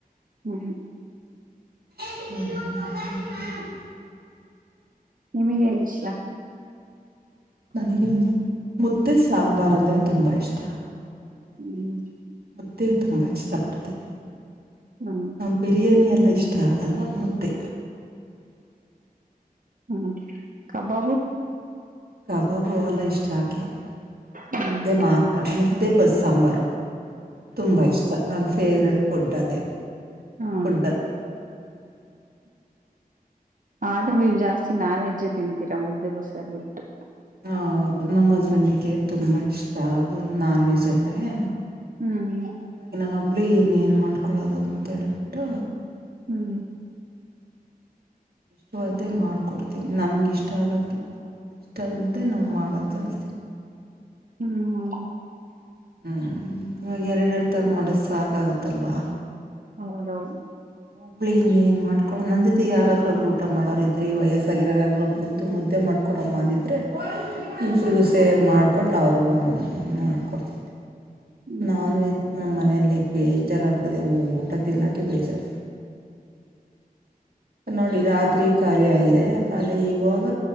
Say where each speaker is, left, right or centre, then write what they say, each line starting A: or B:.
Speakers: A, on the right; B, on the right.
A: ಹ್ಮ ಹ್ಮ
B: <inaudible>
A: ನಿಮಗ ಏನ್ ಇಷ್ಟ
B: ನನಗೆ ಮುದ್ದೆ ಸಾಂಬಾರ್ ಅಂದ್ರೆ ತುಂಬಾ ಇಷ್ಟ.
A: ಹ್ಮ್
B: ಮುದ್ದೆ ತುಂಬ ಇಷ್ಟ ಪಡ್ತೀನಿ.
A: ಹ್ಮ್
B: ಬಿರಿಯಾನಿಯಲ್ಲ ಇಷ್ಟ ಆಗಲ್ಲ ಮುದ್ದೆ
A: ಹ್ಮ್ ಕಬಾಬು.
B: ಕಬಾಬು ಎಲ್ಲ ಇಷ್ಟ ಆಗಲ್ಲ
A: ಹ್ಮ್
B: ಮುದ್ದೆ ಮಾತ್ರ ಮುದ್ದೆ ಬಸ್ ಸಾಂಬಾರು. ತುಂಬಾ ಇಷ್ಟ ನನ್ ಫೇವ್ರೆಟ್. ಫುಡ್ ಅದೇ
A: ಹ್ಹಾ.
B: ಫುಡ್ಡಲ್ಲಿ
A: ಆದ್ರು ನೀವ್ ಜಾಸ್ತಿ ನಾನ್ ವೆಜ್ಜೇ ತಿಂತೀರಾ ಮುದ್ದೆ ಬಸರ್ ಬಿಟ್ಟು.
B: ಹ ಹೌದು ನಮ್ಮ ಹಸ್ಬೆಂಡಿಗೆ ತುಂಬ ಇಷ್ಟ ಅದು ನಾನ್ ವೆಜ್ ಅಂದರೆ.
A: ಹ್ಮ್
B: ಹಾಗಾಗಿ ನಾನ್ ಒಬ್ಳೆ ಇನ್ ಏನ್ ಮಾಡ್ಕೊಳೋದು ಅಂತ ಹೇಳ್ಬಿಟ್ಟು.
A: ಹ್ಮ್
B: ಸೊ ಅದೇ ಮಾಡ್ಕೊಡ್ತೀನಿ ನಮ್ಗಿಷ್ಟ ಆಗಕ್ಕಿಂತ ಇಷ್ಟಂತ ನಾವು ಮಾಡೋದು ಜಾಸ್ತಿನೆ.
A: ಹ್ಮ್ ಹ್ಮ
B: ಹ್ಮ್ ಇವಾಗ ಎರಡೆರಡು ಥರ ಮಾಡಿ ಸಾಕ ಆಗತ್ತಲ್ವಾ.
A: ಹೌದೌದು.
B: ಒಬ್ಳೇ ಎಲ್ಲೆನ್ ಮಾಡ್ಕೊ ನನ್ ಜೊತೆ ಯಾರಾದ್ರರು ಒಬ್ರು ಊಟ ಮಾಡೋರ ಇದ್ರೆ ವಯಸ್ಸಾಗಿರೋ ಯಾರೊಬ್ರ ಇದ್ರೆ. ಮುದ್ದೆ ಮಾಡ್ಕೊಡಮ್ಮ ಅಂದಿದ್ರೆ.
A: ಹ್ಮ್
B: ಇಬ್ರಿಗೂ ಸೇರಿ ಮಾಡಿಕೊಂಡು ಅವ್ರಿಗೂ ಮಾಡಕೊಡ್ತಿದ್ದೆ.
A: ಹ್ಮ್
B: ನಾನ್
A: ಹ್ಮ್
B: ವೆಜ್ ನಮ್ಮ್ ಮನೆಯಲ್ಲಿ ಬೇಜಾರ ಆಗಿಬಿಟ್ಟದೆ ಊಟ ತಿನ್ನೋಕೆ ಬೇಜಾರ. ನೋಡಿ ರಾತ್ರಿ ಖಾಲಿ ಆಗಿದೆ ಅಲೆ ಇವಾಗ